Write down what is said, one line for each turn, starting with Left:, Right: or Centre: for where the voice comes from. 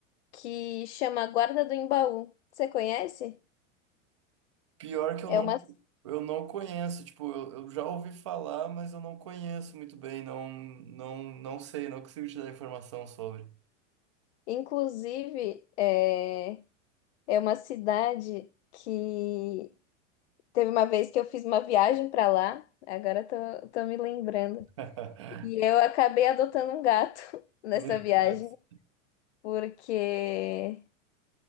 Left: que chama Guarda do Embaú. Você conhece?
Right: Pior que
Left: É
Right: eu não,
Left: uma,
Right: eu não conheço, tipo, eu, eu já ouvi falar, mas eu não conheço muito bem, não, não, não sei, não consigo te dar informação sobre.
Left: inclusive, é, é uma cidade que teve uma vez que eu fiz uma viagem pra lá, agora tô, tô me lembrando.
Right: <laughs>
Left: E eu acabei adotando um gato <laughs> nessa
Right: Meu
Left: viagem,
Right: Deus.
Left: porque